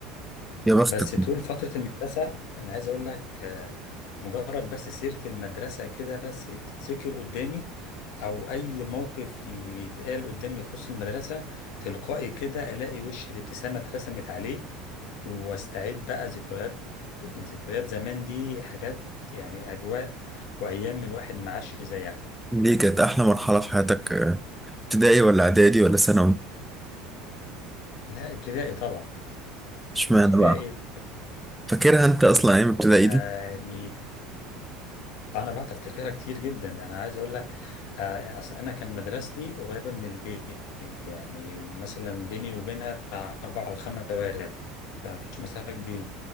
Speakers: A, in the centre; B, on the left.
A: يا بختك
B: بس طول فترة المدرسة أنا عايز أقول لك آه، مجرد بس سيرة المدرسة كده بس تتذكر قدامي أو أي موقف يتقال قدامي يخص المدرسة تلقائي كده ألاقي وشي الابتسامة اترسمت عليه واستعيد بقى ذكريات ذكريات زمان دي حاجات يعني أجواء وأيام الواحد ما عاش زيها
A: ليه كانت احلى مرحلة في حياتك آه، ابتدائي ولا اعدادي ولا ثانوي
B: لا ابتدائي طبعا
A: اشمعنى
B: ابتدائي
A: بقى فاكرها انت اصلا ايام ابتدائي
B: يعني
A: دي
B: انا بعد افتكرها كتير جدا ده انا عايز اقول لك آه، أصل انا كان مدرستي قريبه من البيت يعني مثلا بيني وبينها بتاع اربع او خمس شوارع فما فيش مسافه كبيره